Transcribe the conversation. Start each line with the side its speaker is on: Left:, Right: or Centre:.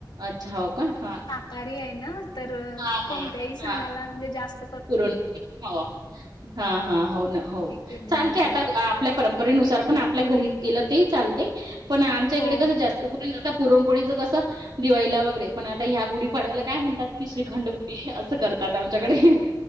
Right: अच्छा! हो का, हा नाही
Left: कार्य आहे ना तर
Right: हा हा
Left: कोणत्याही सणाला
Right: हा
Left: म्हणजे जास्त
Right: पुरणपोळी, हो हा हा हो ना, हो
Left: हे केली
Right: चालते
Left: जाते.
Right: आता आपल्या परंपरेनुसा तर पण आपल्या घरी केलं ते चालतंय पण आमच्या
Left: हो,
Right: इकडे कसं जास् तोपर्यत पुरणपोळीच कसं दिवाळी वगैरे पण ह्या गुढीपाडव्याला काय म्हणतात की श्रीखंड
Left: हं,
Right: पुरी असं करतात आमच्याकडे,
Left: हो.